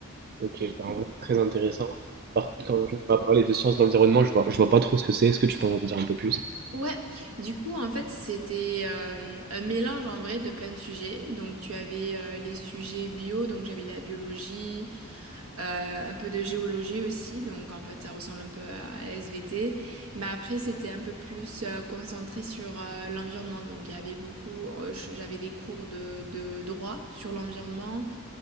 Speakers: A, on the right; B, on the right.
A: Ok, bah, en vrai, très intéressant. Par contre, quand tu vas parler de sciences de l'environnement, je vois, je vois pas trop ce que c'est. Est-ce que tu peux en dire un peu plus?
B: Ouais, du coup en fait c'était euh, un mélange en vrai de plein de sujets. Donc tu avais euh, les sujets bio, donc j'avais la biologie, euh, un peu de géologie aussi, donc en fait ça ressemble un peu à la SVT, mais après c'était un peu plus euh, concentré sur euh, l'environnement, donc il y avait beaucoup, euh, je- j'avais des cours de, de droit sur l'environnement,